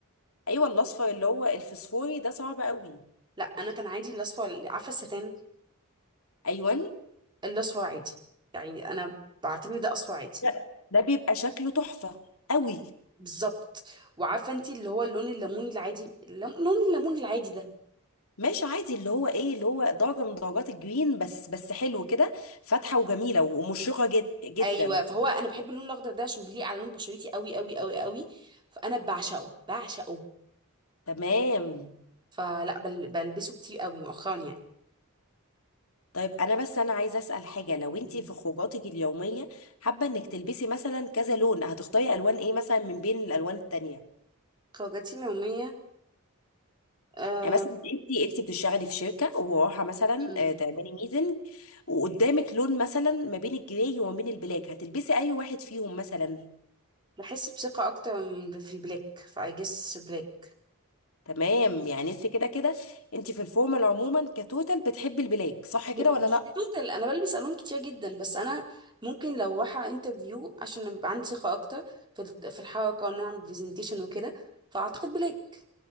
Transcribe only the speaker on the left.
ايوه الاصفر اللي هو الفسفوري ده صعب قوي
ايوه
لا. ده بيبقى شكله تحفه قوي
ماشي عادي اللي هو ايه اللي هو درجة من درجات الجرين بس بس حلو كده فاتحة وجميلة ومشرقة جد جدا
تمام
طيب انا بس انا عايزة اسأل حاجة لو انتي
في خروجاتك اليومية حابة انك تلبسي مثلا كذا لون هتختاري الوان ايه مثلا من بين الالوان التانية
يعني مثلا انتي انتي بتشتغلي في شركة ورايحة مثلا
آه، تعملي ميتنج وقدامك لون مثلا ما بين الجراي وما بين البلاك هتلبسي اي واحد فيهم مثلا
تمام يعني انت كده كده انت في الفورمال عموما كتوتال بتحبي البلاك صح كده
ولا
لا